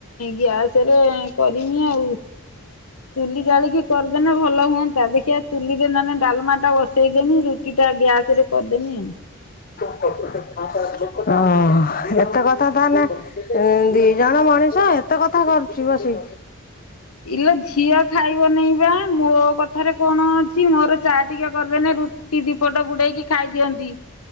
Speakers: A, on the left (about 80°); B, on the left (about 40°).
A: ଗ୍ୟାସ ରେ କରିମି ଆଉ। ଚୁଲି ଜାଳିକି କରିଦେ ନା ଭଲ ହୁଅନ୍ତା ଦେଖ ଠିଆ ଚୁଲିରେ ମାନେ ଡାଲମା ଟା ବସେଇଦେନି ରୁଟି ଟା ଗ୍ୟାସ ରେ କରିଦେମି ଆଉ।
B: ଓ ଏତେ କଥା ତାହଲେ ଦି ଜଣ ମଣିଷ କେତେ କଥା କରୁଛି ବସି।
A: ଇଲେ ଝିଅ ଖାଇବ ନେଇବା ମୋ କଥାରେ କଣ ଅଛି ମୋର ଚାହା ଟିକେ କରିବେ ନା ରୁଟି ଦିପଟ ବୁଡେଇକି ଖାଇ ଦିଅନ୍ତି।